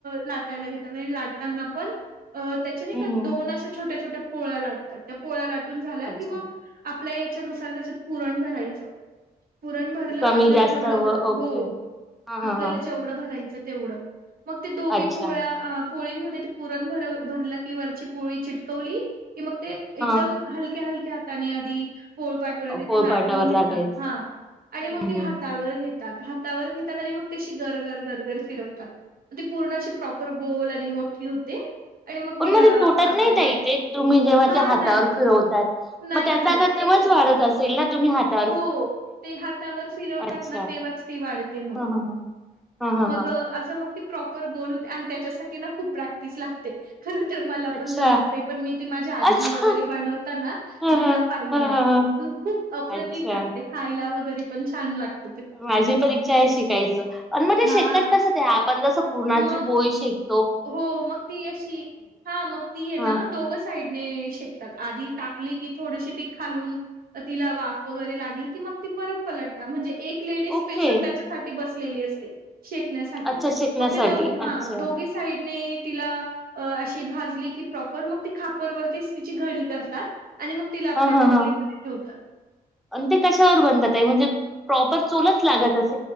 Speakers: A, on the right; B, in the centre.
A: लाटायला घेतात आणि लाटताना पण. त्याचे नाही
B: हम्म
A: का
B: हम्म
A: दोन अशा छोट्या छोट्या पोळ्या लाटतात त्या पोळ्या लाटून झाल्या
B: अच्छा
A: कि मग. आपल्या याच्यानुसार त्याच्यात पुरण भरायचं. पुरण भरलं
B: कमी
A: आपल्याला
B: जास्त
A: जेवढ
B: हवं
A: भर
B: ओके
A: हो
B: हा हा
A: आपल्याला
B: हा
A: जे. जवढ भरायचं तेवढं मग ते दोघी
B: अच्छा
A: पोळ्या अ पोळींमध्ये पुरण भर भरल की वरची पोळी चिटकवली की मग ते एकदम.
B: हा
A: हलक्या हलक्या हातानी आधी पोळपाटवर ति
B: पोळपाटावर
A: ते लाटून घेत.
B: लाटायचं
A: हा
B: हम्म
A: आणि मग ती हातावर घेत. त हातावर घेतात आणि मग ते अशी गरघर गरघर फिरवतात ती पूर्ण अशी प्रॉपर गोल आणि मोठी होते आणि
B: पण
A: तिला
B: मग तुटत
A: खापरेवरती
B: नाही का इथे तुम्ही जेव्हाते
A: हा
B: हातावर
A: नाही
B: फिरवतात
A: नाही
B: मग त्यांचा
A: नाही
B: आकार
A: ते
B: तेव्हाच वाढत असेल ना तुम्ही हात
A: हो ते हातावर फिरवतात
B: अच्छा
A: ना तेव्हाच ती वाढते मग
B: ह ह ह ह
A: मग
B: ह
A: असं मग ती प्रॉपर गोल होते आणि त्याच्यासाठी ना खूप प्रॅक्टिस लागते खर तर मला
B: अच्छा
A: पण जमत नाही पण मी ते माझ्या आजी
B: अच्छा
A: वगैरे बनवताना
B: ह
A: त्यांना
B: ह
A: पाहिलंय
B: ह ह ह
A: मग खूप अप्रत.
B: अच्छा
A: खायला वगैरे पण छान लागत
B: माझी तर इच्छा आहे शिकायचं आणि मग ते
A: हां.
B: शेकतात कसं ते आपण जसं पूरणाची
A: मग
B: पोळी शक
A: हो मग ती अशी हा मग ती आहे ना
B: हा
A: दोघच साइडने शेकतात आधी टाकली की थोडीशी ती खालून तिला वा वगैरे लागली की मग ती परत पलटता म्हणजे एक लेडी स्पेशल
B: ओके
A: त्याच्यासाठी बसलेली असते शेकण्यासाठी
B: अच्छा शेकण्यासाठी
A: मग ते दो हा
B: अच्छा
A: दोघे साईडने तिला अशी भाजली की प्रॉपर मग त खापरवरतीच तिची घडी करतात आणि मग तिला आपल्या
B: हां हां
A: टोपलीमध्ये
B: हां
A: ठेवतात.
B: आणि ते कशावर बनतात ताई म्हणजे प्रॉपर चुलच लागत अस